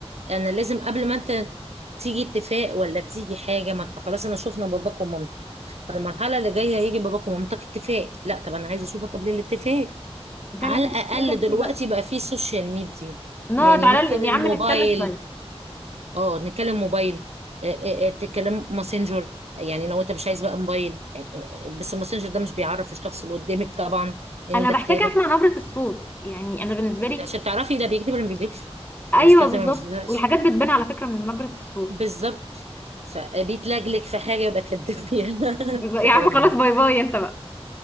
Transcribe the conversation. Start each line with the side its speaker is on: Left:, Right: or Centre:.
Right: انا لازم قبل ما انت تيجي اتفاق ولا تيجي حاجه ما انت خلاص انا شفنا باباك ومامتك فالمرحله اللي جايه هيجي باباك ومامتك اتفاق لا طب انا عايزه اشوفك قبل الاتفاق
Left: ده
Right: على
Left: اللي انا
Right: الاقل
Left: بتكلم
Right: دلوقتي
Left: فيه بقى
Right: بقى في سوشيال ميديا
Left: نقعد
Right: يعني
Left: على
Right: ممكن
Left: ال...
Right: الموبايل
Left: يا عم نتكلم شوية
Right: اه نتكلم موبايل آه، آه، آه، تتكلم ماسنجر يعني لو انت مش عايز بقى موبايل يعني بس الماسنجر ده مش بيعرف الشخص اللي قدامك طبعا ان
Left: انا
Right: ده
Left: بحتاج
Right: كتابه
Left: اسمع نبرة الصوت يعني انا بالنسبة لي
Right: عشان تعرفي ده بيكتب ولا ما بيكتبش
Left: ايوه
Right: بيستخدم
Left: بالظبط
Right: ولا ما بيستخدمش
Left: والحاجات بتبان على فكرة من نبرة الصوت
Right: بالظبط فبيتلجلج في حاجة يبقى كدب فيها <laughs> الكلام
Left: يا عم خلاص
Right: ده
Left: باي باي انت بقى